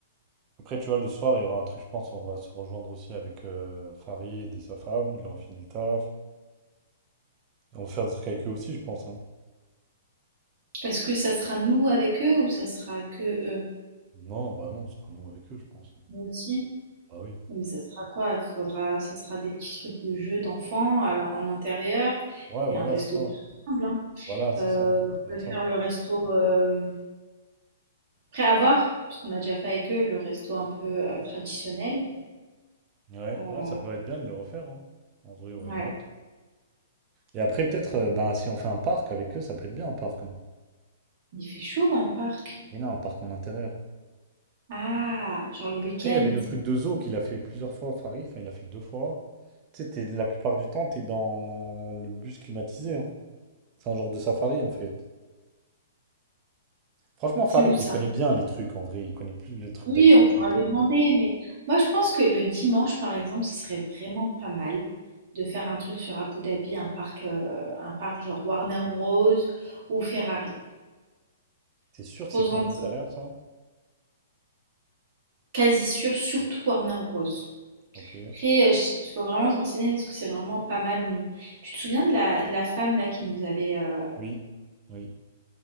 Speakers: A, on the right; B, on the right.
A: Après, tu vois, le soir, il y aura un truc, je pense. On va se rejoindre aussi avec euh, Farid et sa femme. Il aura fini le taf. on va faire des trucs avec eux aussi, je pense. hein.
B: Est-ce que ça sera nous avec eux ou ça sera que eux?
A: Non, bah non, on sera nous avec eux, je pense. hein.
B: Nous aussi.
A: Ah oui.
B: Mais ça sera quoi? Faudra, ça sera des petits trucs de jeux d'enfants à l'in- en intérieur
A: Ouais,
B: et
A: voilà,
B: un resto
A: c'est ça.
B: tout ensemble. Hein.
A: Voilà, c'est
B: Euh,
A: ça. Ça
B: on
A: doit
B: pourrait
A: être ça.
B: faire le resto euh, après avoir, parce qu'on a déjà fait avec eux le resto un peu euh, traditionnel.
A: Ouais,
B: Euh,
A: ouais, ça peut être bien de le refaire. hein. En vrai, why
B: ouais,
A: not? Et après, peut-être, euh, bah, si on fait un parc avec eux, ça peut être bien un parc. hein.
B: il fait chaud en parc.
A: Mais non, un parc en intérieur.
B: Ah, genre le week-end.
A: Après, il y avait le truc de Zo qu'il a fait plusieurs fois, Farid. Enfin, il l'a fait deux fois. Tu sais, t'es- la plupart du temps, t'es dans le bus climatisé. hein. C'est un genre de safari, en fait. Franchement,
B: C'est
A: Farid,
B: où ça?
A: il connaît bien les trucs, en vrai. Il connaît plus le truc
B: Oui,
A: d'activité
B: on pourra
A: et tout.
B: lui demander, mais moi je pense que le dimanche, par exemple, ce serait vraiment pas mal de faire un truc sur Abu Dhabi, un parc, euh, un parc genre Warner Bros. ou Ferrari.
A: T'es sûr que
B: Faut
A: c'est que
B: en
A: en
B: être
A: intérieur, ça?
B: quasi sûr, surtout Warner Bros.
A: Ok.
B: Après, euh, je- il faut vraiment se renseigner est-ce que c'est vraiment pas mal ou non. Tu te souviens de la, de la femme là qui nous avait euh,
A: Oui. Oui.